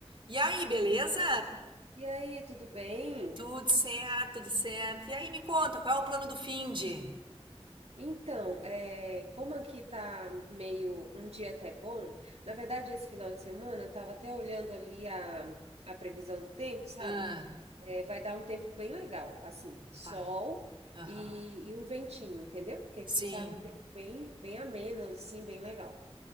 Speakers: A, on the right; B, on the right.
A: E aí, beleza?
B: E aí, tudo bem?
A: Tudo certo, tudo certo. E aí, me conta, qual é o plano do finde?
B: Então, é, como aqui tá meio um dia até bom, na verdade, esse final de semana eu tava até olhando ali a, a previsão do tempo, sabe?
A: Ah,
B: É, vai dar um tempo bem legal, assim,
A: opa,
B: sol
A: aham.
B: e, e um ventinho, entendeu? Porque aqui
A: Sim.
B: tá um tempo bem, bem ameno, assim, bem legal.